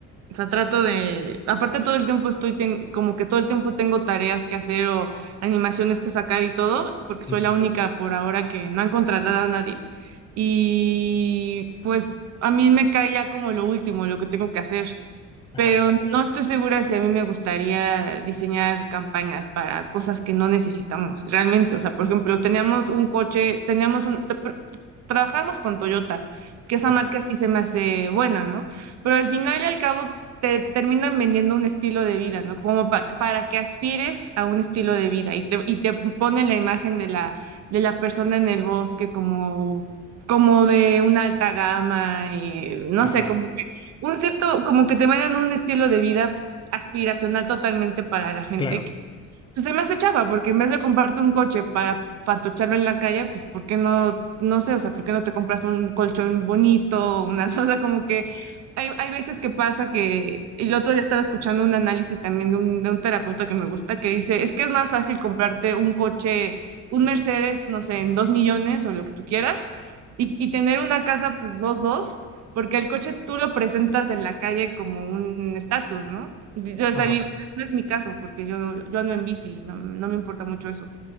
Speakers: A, on the right; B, on the left.
A: o sea, trato de, aparte todo el tiempo estoy, ten- como que todo el tiempo tengo tareas que hacer o animaciones que sacar y todo, porque
B: Ujú.
A: soy la única por ahora que no han contratado a nadie. Y pues a mí me cae ya como lo último, lo que tengo que hacer
B: Ajá,
A: pero no estoy segura si a mí me gustaría diseñar campañas para cosas que no necesitamos realmente. O sea, por ejemplo, teníamos un coche, teníamos un... tra- tra- Trabajamos con Toyota, que esa
B: ajá,
A: marca sí se me hace buena, ¿no? Pero al final y al cabo te terminan vendiendo un estilo de vida, ¿no? Como pa- para que aspires a un estilo de vida y te, y te ponen la imagen de la, de la persona en el bosque como, como de una alta gama, y no
B: ajá,
A: sé, cómo un cierto, como que te venden un estilo de vida aspiracional totalmente para la gente,
B: claro.
A: pues se me hace chafa, porque en vez de comprarte un coche para fatocharlo en la calle, pues ¿por qué no, no sé, o sea, ¿por qué no te compras un colchón bonito, una, <laughs> o sea, como que hay, hay veces que pasa que, y el otro día estaba escuchando un análisis también de un, de un terapeuta que me gusta, que dice, es que es más fácil comprarte un coche, un Mercedes, no sé, en dos millones o lo que tú quieras, y, y tener una casa, pues dos, dos, porque el coche tú lo presentas en la calle como un estatus, ¿no? O
B: Ajá.
A: sea, digo, no es mi caso, porque yo, yo ando en bici, no, no me importa mucho eso,